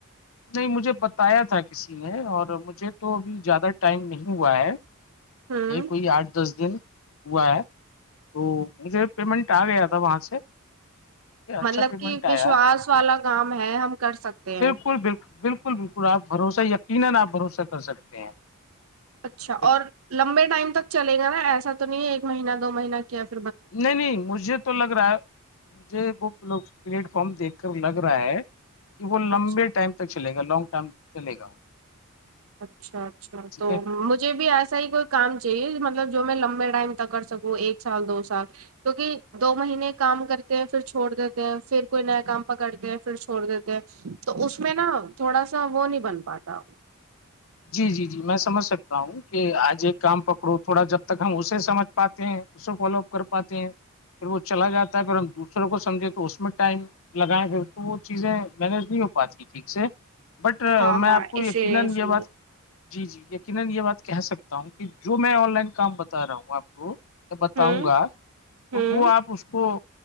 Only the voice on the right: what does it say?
ہوں
مطلب
کہ وشواس
والا کام ہے ہم کر سکتے ہیں
اچھا
اور لمبے ٹائم تک چلے گا نا ایسا تو نہیں ہے ایک مہینہ دو مہینہ کی اب
اچھا
اچھا اچھا
تو
مجھے بھی ایسا ہی کوئی کام چاہیے مطلب جو میں لمبے ٹائم تک کر سکوں ایک سال دو سال کیونکہ دو مہینے کام کرتے ہیں پھر چھوڑ دیتے ہیں پھر کوئی نیا کام پکڑتے ہیں پھر چھوڑ دیتے ہیں تو اس میں نا تھوڑا سا وہ نہیں بن پاتا
ہاں
ہاں
اسی
لیے اسی
لیے
ہوں
ہوں